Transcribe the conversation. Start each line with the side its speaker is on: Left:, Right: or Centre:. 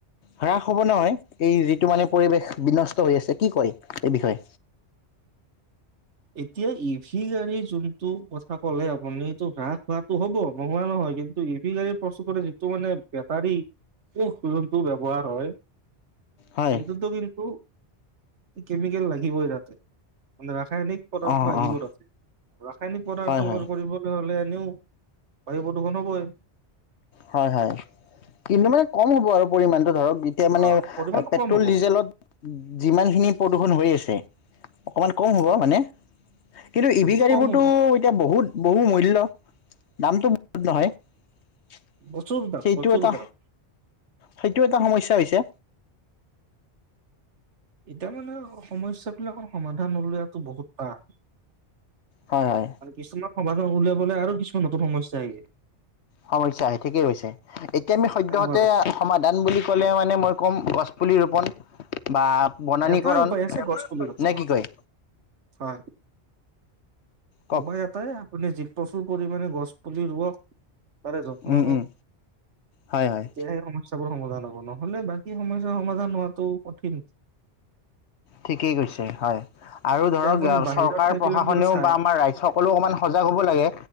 Left: হ্ৰাস হ'ব নহয় এই যিটো মানে পৰিৱেশ বিনষ্ট হৈ আছে কি কয় এই বিষয়ে
Right: এতিয়া ই ভি গাড়ী যোনটো কথা কলে আপুনিটো হ্ৰাস হোৱাটো হ'ব নোহোৱা নহয় কিন্তু ই ভি গাড়ী প্ৰচু যিটো মানে বেটাৰী কষ যোনটো ব্যয়ৱহাৰ হয় ।
Left: হয়
Right: সেইটো কিন্ত কেমিকেল লাগিবই তাতে মানে ৰাসায়নিক পদাৰ্থ
Left: অঁ
Right: লাগিব
Left: অঁ
Right: তাত ৰাসায়নিক পদাৰ্থ
Left: হয় হয়
Right: কৰিবলৈ হলে তেওঁ বাৰু প্ৰদূষণবই
Left: হয় হয় কিন্তু মানে কম হ'ব আৰু পৰিমাণটো ধৰক । এতিয়া মানে
Right: অ পৰিমাণটো
Left: পেট্ৰল
Right: কম হ'ব
Left: ডিজেলত যিমান খিনি প্ৰদূষণ হৈ আছে <unintelligible> অকণমান কম
Right: হয়
Left: হ'ব মানে কিন্তু ই
Right: সেইটো
Left: ভি গাড়ীবোৰতো
Right: কম হ'ব
Left: এতিয়া বহুত বহু মূল্য দামটো বহুত নহয়
Right: অ
Left: ।
Right: প্ৰচুৰ দাম
Left: সেইটো
Right: প্ৰচুৰ
Left: এটা
Right: দাম
Left: সেইটো এটা সমস্যাৰ পিছে
Right: এতিয়া মানে সমস্যাৰ বিলাকৰ সমাধান ওলোৱাটো বহুত টান
Left: হয় হয়
Right: মানে কিছুমান সমাধান উলিয়াবলে আৰু কিছুমান নতুন সমস্যা আহে ।
Left: সমস্যা আহে ঠিকেই কৈছে এতিয়া আমি সদ্যহতে
Right: এনেকুৱা কথা
Left: সমাধান বুলি ক'লে মানে মই কম গছপুলি ৰোপণ বা বনানীকৰণ
Right: এটাই উপায় আছে গছপুলি ওপৰত
Left: নে কি কয়
Right: হয়
Left: কওক
Right: ওপাই এটাই আপুনি যি প্ৰচুৰ পৰিমাণে গছ পুলি ৰুৱক তাৰে যত্ন
Left: উম
Right: লও
Left: উম হয় হয়
Right: এতিয়াহে সমস্যা । সমাধান হব নহলে বাকী সমস্যয়াৰ সমাধান হোৱাটো কঠিন ।
Left: ঠিকেই কৈছে হয় আৰু
Right: এতিয়া
Left: ধৰক
Right: আপুনি বাহিৰৰ
Left: চৰকাৰ
Right: ঠাইবিলাক
Left: প্ৰশাসনেও
Right: যদি চাই
Left: বা আমাৰ ৰা সকলো অকণমান সজাগ হ'ব লাগে।